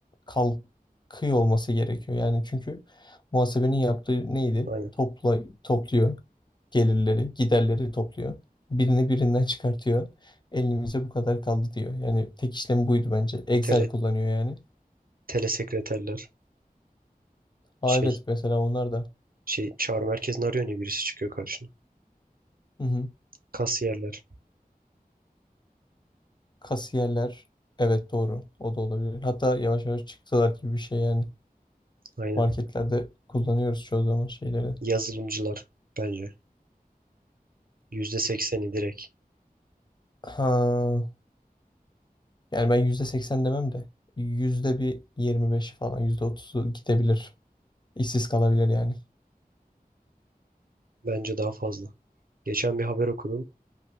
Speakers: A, on the left (about 30°); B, on the right (about 70°).
A: kalkıyor olması gerekiyor. Yani çünkü muhasebenin yaptığı neydi?
B: Aynen.
A: Topla, topluyor gelirleri, giderleri topluyor. Birini birinden çıkartıyor. Elimize bu kadar kaldı diyor. Yani tek işlem buydu bence. Excel
B: Tele
A: kullanıyor yani.
B: telesekreterler,
A: Aa
B: şey
A: evet mesela onlar da.
B: şey çağrı merkezini arıyor ya birisi çıkıyor karşına.
A: Hı hı.
B: Kasiyerler,
A: Kasiyerler. Evet doğru. O da olabilir. Hatta yavaş yavaş çıktılar gibi bir şey yani.
B: aynen.
A: Marketlerde kullanıyoruz çoğu zaman şeyleri.
B: Yazılımcılar bence. Yüzde sekseni direkt.
A: Ha. Yani ben %80 demem de yüzde bir yirmi beşi falan yüzde otuzu gidebilir. İşsiz kalabilir yani.
B: Bence daha fazla. Geçen bir haber okudum.